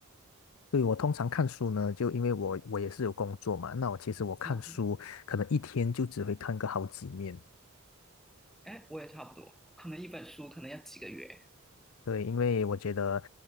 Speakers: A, on the left (about 70°); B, in the centre.
A: 对，我通常看书呢，就因为我我也是有工作嘛，那我其实我看书可能一天就只会看个好几面。
B: 啊，哎，我也差不多，可能一本书可能要几个月，
A: 对，因为我觉得